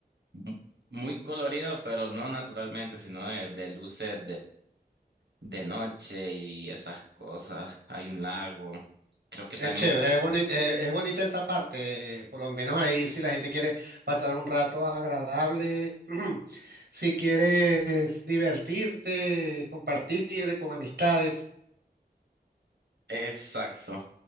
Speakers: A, on the right; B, on the right.
A: mu- muy colorido, pero no naturalmente, sino de, de luces de noche y esas cosas. Hay un lago. Creo que también...
B: Es chévere,
A: sa-
B: es bonita, es bonita esa parte, eh, por lo menos ahí si la gente quiere pasar un rato agradable, <clears throat> si quieres divertirte, compartir con amistades,
A: Exacto.